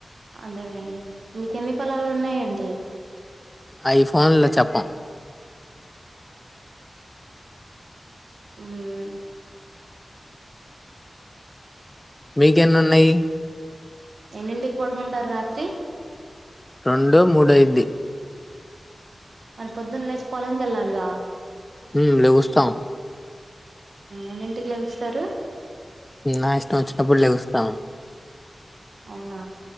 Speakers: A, on the right; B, on the left.
A: అదేనండి మీక ఎన్ని పొలాలు ఉన్నాయండి ప <unintelligible>
B: అయి ఫోన్ లో చెప్పం
A: ఉమ్
B: మీకు ఎన్నీ ఉన్నాయి
A: ఎన్నిడింటికి పడుకుంటారు రాత్రి
B: రెండో మూడో అయిది
A: మన పొద్దున్న లేచి పొలానికి వెళ్ళాలిగా
B: ఉమ్ లెగుస్తాం
A: ఎన్నింటికి లేగుస్తారు
B: నా ఇష్టం వచ్చినపుడు లే గుస్తాం
A: అవునా